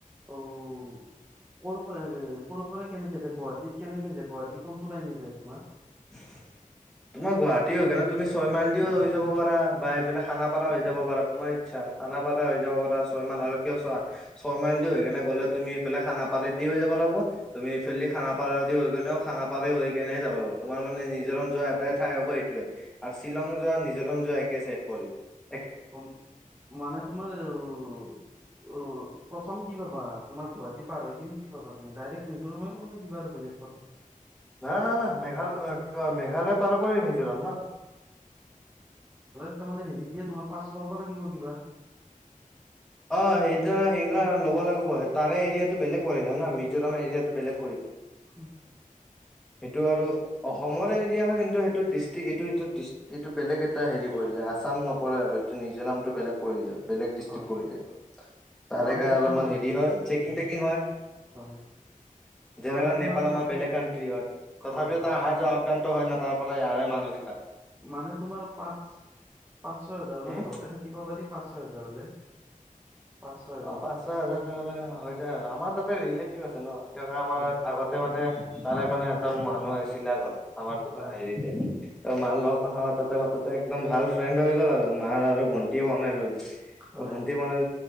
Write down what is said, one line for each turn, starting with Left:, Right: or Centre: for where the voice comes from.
Right: অ'। পৰা ক' পৰা কেনেকে যে গুৱাহাটীত কেনেকে যে গুৱাহী কোনটো লাইনে যায় তোমাৰ।
Centre: <inaudible> তোমাৰ গুৱাহাটী হৈ কিনে তুমি ছয় মাইল দিও হৈ যাব পাৰা বা এইফালে খানাপাৰা হৈ যাবাৰা তোমাৰ ইচ্ছা। খানাপাৰা হৈ যাব পাৰা ছয় মাইল আৰু কিয় ছয় মাইল দি হৈ কিনে গ'লে তুমি সফালে খানাপাৰা দি হৈ যাবা তুমি ফালদি খানাপাৰা আদি হৈনে খানাপাৰা হৈ কেনেহে যাব লাগ তোমাৰ মানে নিজৰণ যোৱা এটাই ঠাই হ'ব সেইটয়ে আৰু শ্বিলং যোৱা নিজৰ যোৱা একে চট পৰি য
Right: অ, মানে তোমাৰ উ- উ। প্ৰথম কি পাবা তোমাৰ গুৱাহাটী পাৰ হৈ কিন্তু কি পাবা তুমি ডাইৰেক্ট মিজোৰাম পা নে কিবা বেলেগ পাবা।
Centre: ন - ন - না মেঘাল কি ক মেঘ তালে পাৰ কৰি মিজোৰাম ন
Right: তাৰ মানে হেৰি দিয়ে তোমাৰ পাৰ্ছ লব লাগিব কিবা
Centre: অ সেইটো সেইগিলা ল'ব লাগিব তাৰে এৰিয়াটো বেলেগ পৰে জানা মিজোৰাম এৰিয়াটো বেলেগ পৰে
Right: উম
Centre: <unintelligible> সেইটো আৰু অসমৰ এৰিয়া হয় কিন্তু সেইটো ডিষ্ট্ৰিক এইটো এ এইটো বেলেগ এটা হেৰি আছাম নপৰে আৰু এইটো মিজোৰামটো বেলেগ পৰি যায় বেলেগ ডিষ্ট্ৰিক্
Right: হয় হয়
Centre: তাৰে
Right: মানে
Centre: কাৰণে
Right: তোমাৰ
Centre: অলপমান হেৰি হয় চেকিং-টেকিং হয়
Right: হয়
Centre: যেনেকা
Right: মানে তোমাৰ
Centre: নেপাল আমাৰ
Right: মানে
Centre: বেলেগ কানট্ৰি হয় তথাপিও
Right: হয়
Centre: ত আহা যোৱা আপডনটো হয় ন। পৰা ইয়াৰে মানুহ
Right: মানে তোমাৰ পাঁচ-পাঁচ ছয় হাজাৰ হলে
Centre: উম
Right: ভালকে থাকিব পাৰি পাঁচ ছয় হাজাৰ নে পাঁচ ছয়
Centre: অ পাঁচ ছয় হাজাৰ এটা হৈ যায় আৰু আমাৰ তাতে ৰিলেটিভ আছে ন। আমাৰ
Right: হয়
Centre: আগতে মানে তাৰে মানে এটা মানুহ আহিছিলে ঘৰত আমাৰ দোকান
Right: হয়
Centre: হেৰিতে, ত মাৰ লগ কথা পাতোঁতে পা তাতে একদম ভাল ফ্ৰেণ্ড হৈ গ'ল আৰু মাৰ আৰু ভন্টি বনাই ললে
Right: হয়
Centre: ভন্টি বনাই